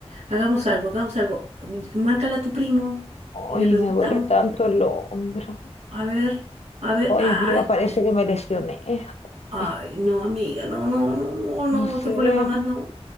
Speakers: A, on the right; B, on the left.
A: hagamos algo, hagamos algo. Márcale a tu primo y
B: Ay,
A: le preguntamos,
B: me duele tanto el hombro.
A: a ver, a ver,
B: Ay,
A: ay,
B: amiga, parece
A: que-
B: que me lesioné.
A: ay,
B: Ay,
A: no, amiga, no, no, no, no, no,
B: no sé.
A: otro problema más, no.